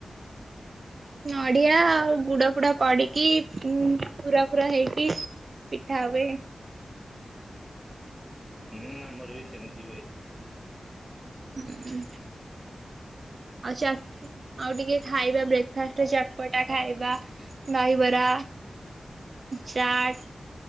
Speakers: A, on the right; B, in the centre.
A: ନଡିଆ ଆଉ ଗୁଡ ଫୁଡ ପଡିକି ହୁଁ ପୁରା ପୁର ହେଇକି ପିଠା ହୁଏ।
B: ହୁଁ ଆମର ବି ସେମିତି ବି ହୁଏ।
A: ହୁଁ ଆ ଚା ଆଉ ଟିକେ ଖାଇବା ବ୍ରେକ୍ଫାଷ୍ଟ ହେଇଚି ଚକପଟା ଖାଇବା ଦହିବରା ଚାଟ